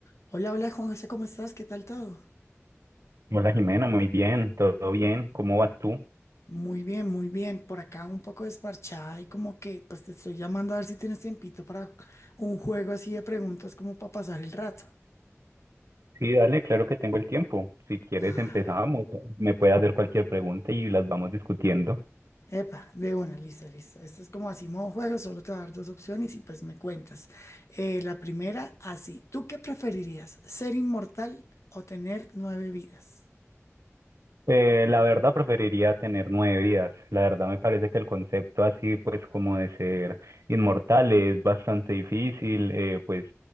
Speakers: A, on the left; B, on the right.
A: Hola, hola Juan José, ¿cómo estás? ¿Qué tal todo?
B: Hola Jimena, muy bien, todo bien, ¿cómo vas tú?
A: Muy bien, muy bien. Por acá un poco desparchada y como que pues te estoy llamando a ver si tienes tiempito para un juego así de preguntas como para pasar el rato.
B: Sí, dale, claro que tengo el tiempo. Si quieres
A: Ah,
B: empezamos, me puedes hacer cualquier pregunta y las vamos discutiendo.
A: epa, de una, listo, listo. Esto es como así modo juego, solo te voy a dar dos opciones y pues me cuentas. Eh, la primera, así. ¿Tú qué preferirías? ¿Ser inmortal o tener nueve vidas?
B: Eh, la verdad preferiría tener nueve vidas. La verdad me parece que el concepto así, pues como de ser inmortal es bastante difícil, eh, pues